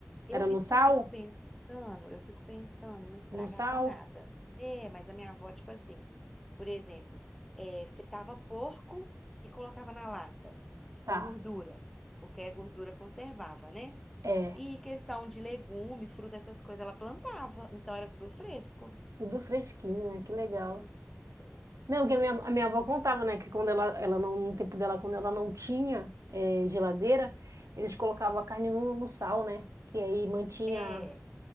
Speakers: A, in the centre; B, on the right.
A: Eu,
B: Era no
A: isso
B: sal?
A: que eu fico pensando, eu fico pensando, não estragava
B: No sal?
A: nada. É, mas a minha avó, tipo assim, por exemplo, é, fritava porco e colocava na lata,
B: Tá.
A: com gordura, porque a gordura conservava, né?
B: É,
A: E questão de legume, fruta, essas coisas, ela plantava. Então era tudo fresco.
B: tudo fresquinho, né? Que legal.
A: Tudo fresco.
B: Não, porque
A: É,
B: a minha, a minha avó contava, né? Que quando ela, ela não, no tempo dela, quando ela não tinha eh, geladeira, eles colocavam a carne no, no sal, né? Que aí mantinha,
A: É.